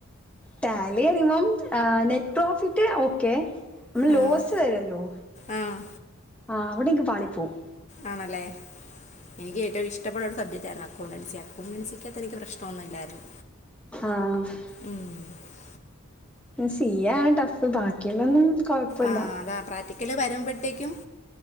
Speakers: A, in the centre; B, on the left.
A: ടാലി റിയുമ്പം നെറ്റ് പ്രോഫിറ്റ് ഓക്കെ നമ്മള്
B: ആഹ്
A: ലോസ് വരോലോ
B: ആഹ്
A: ആഹ് അവിടെന്ക് പാളി പോവും
B: ആണല്ലേ എനിക്ക് ഏറ്റവും ഇഷ്ടപ്പെടുന്ന ഒരു സബ്ജക്റ്റായിരുന്നു അക്കൗണ്ടൻസി അപ്പ മൻസിക്കാത്ത എനിക്ക് പ്രശ്നംൊന്നുമല്ലായിരുന്നു
A: ആഹ്
B: ഉ <unintelligible>
A: സി ആണ് ടഫ് ബാക്കിയുള്ളൊന്നും- കൊഴപ്പല്ല
B: ആഹ അതാ പ്രാക്ടിക്കല് വരുമ്പോഴേത്തെക്കും